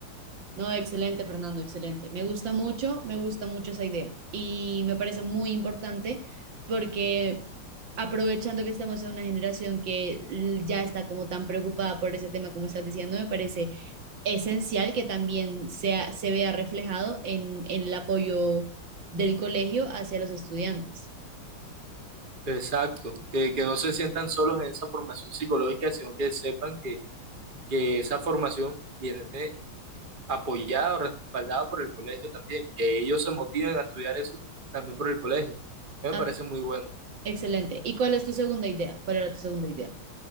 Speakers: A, on the right; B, on the right.
A: No, excelente, Fernando, excelente. Me gusta mucho, me gusta mucho esa idea y me parece muy importante porque aprovechando que estamos en una generación que l- ya está como tan preocupada por ese tema como estás diciendo, me parece esencial que también sea, se vea reflejado en, en el apoyo del colegio hacia los estudiantes.
B: Exacto, que, que no se sientan solos en esa formación psicológica, sino que sepan que, que esa formación viene apoyada o respaldada por el colegio también, que ellos se motiven a estudiar eso también por el colegio. Me
A: Ah,
B: parece muy bueno.
A: excelente. ¿Y cuál es tu segunda idea? ¿Cuál era tu segunda idea?